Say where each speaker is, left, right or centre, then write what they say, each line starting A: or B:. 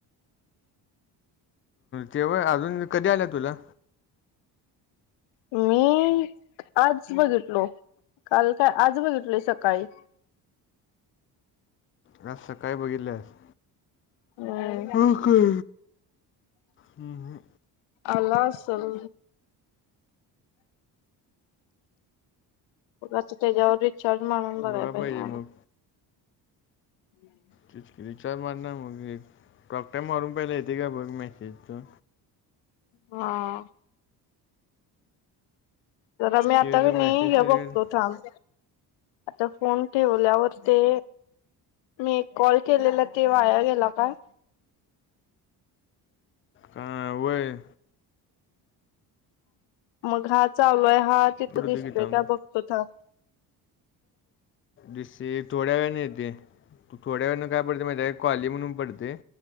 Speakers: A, on the left; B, on the left.
A: ते होय‌, अजून कधी आलंय तुला.
B: मी आज बघितलो. काल काय आज, बघितलोय सकाळी.
A: आज सकाळी बघितल्यास.
B: हम्
A: हो काय? हम्म.
B: आलो आसल. आता तेच्यावर रिचार्ज मारून बघाय
A: बघा
B: पाहिजे मला.
A: मग
B: <inaudible>
A: तेच की रिचार्ज मारणार मग, टाॅकटाईम मारून पहिला येत का बघ मॅसेज तू.
B: हां. जरा मी आता
A: ते
B: कणी,
A: मॅसेज
B: हे
A: तर येईल
B: बघतो थांब. तो फोन ठेवल्यावर ते, मी एक कॉल केलेला ते वाया गेला का?
A: का वय
B: मग हा चालू आहे हा
A: कुठं
B: तिथं दिसतोय
A: तू घेता
B: का बघतो थांब.
A: दिस्से थोड्या वेळाने येते. तू थोड्या वेळाने काय बोलते माहिती आहे कॉली म्हणून पडते.